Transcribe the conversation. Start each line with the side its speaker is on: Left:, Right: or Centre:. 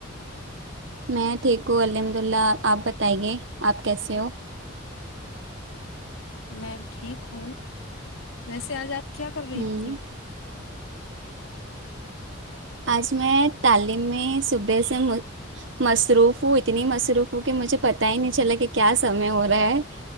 Right: میں ٹھیک ہوں الحمد اللہ آپ بتائیے آپ کیسے ہو
Left: میں ٹھیک ہوں ویسے آج آپ کیا کر رہی
Right: ہوں
Left: تھی
Right: آج میں تعلیم میں صبح سے مصروف ہوں اتنی مصروف ہوں کہ مجھے پتا ہی نہیں چلا کہ کیا سمے ہو رہا ہے